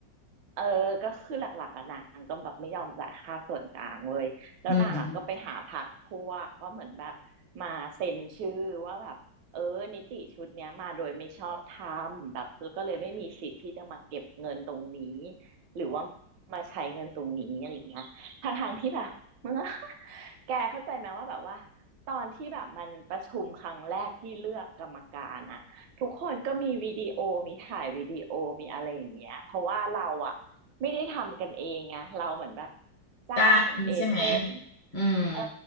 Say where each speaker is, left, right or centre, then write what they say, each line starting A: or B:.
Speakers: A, on the right; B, on the left.
A: เออก็คือหลักๆอ่ะนางก็แบบไม่ยอมจ่ายค่าส่วนกลางเว้ยแล้วนางอ่ะก็ไปหาพรรคพวกว่าเหมือนแบบมาเซ็นชื่อว่าแบบเออนิติชุดเนี้ยมาโดยไม่ชอบธรรมแบบแล้วก็เลยไม่มีสิทธิ์ที่จะมาเก็บเงินตรงนี้
B: อืม
A: หรือว่ามาใช้เงินตรงนี้อะไรอย่างเงี้ยทางทางๆที่แบบมันก็ <laughs> แกเข้าใจไหมว่าแบบว่าตอนที่แบบมันประชุมครั้งแรกที่เลือกกรรมการอะ ทุกคนก็มีวิดีโอมีถ่ายวิดีโอมีอะไรอย่างเงี้ยเพราะว่าเราอะไม่ได้ทำกันเองไงเราเหมือนแบบจ้างเอเจนต์
B: จ้างใช่ไหมอืม
A: เออ